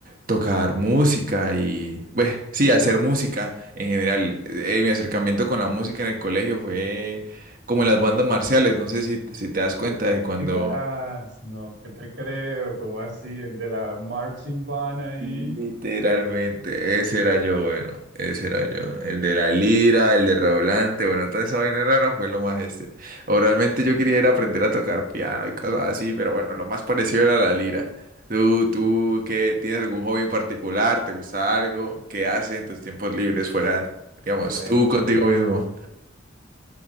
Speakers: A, on the right; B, on the right.
A: tocar música y, bueno, sí, hacer música en general. Eh, eh, mi acercamiento con la música en el colegio fue como en las bandas marciales, no sé si, si te das cuenta de cuando
B: Digas, no, ¿qué te creo? ¿Cómo así? El de la marching band ahí.
A: Literalmente, ese era yo, bueno, ese era yo. El de la lira, el de redoblante, bueno, toda esa vaina rara fue lo más este. O realmente yo quería era aprender a tocar piano y cosas así, pero bueno, lo más parecido era la lira. ¿Tú, tú qué tienes algún hobby en particular? ¿Te gusta algo? ¿Qué haces en tus tiempos libres fuera, digamos,
B: Bueno,
A: tú contigo mismo?